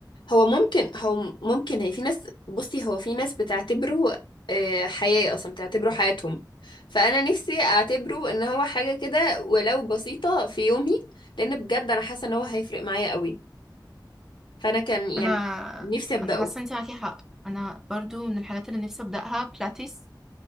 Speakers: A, on the left (about 80°); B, in the centre.
A: هو ممكن هو ممكن هي في ناس بصي هو في ناس بتعتبره آه، حياة اصلا بتعتبره حياتهم فانا نفسي اعتبره ان هو حاجة كده ولو بسيطة في يومي لان بجد انا حاسة ان هو هيفرق معايا قوي فانا كان يعني
B: انا
A: نفسي ابدأه
B: انا حاسة انتي معاكي حق انا برضو من الحاجات اللي نفسي ابدأها بلاتيس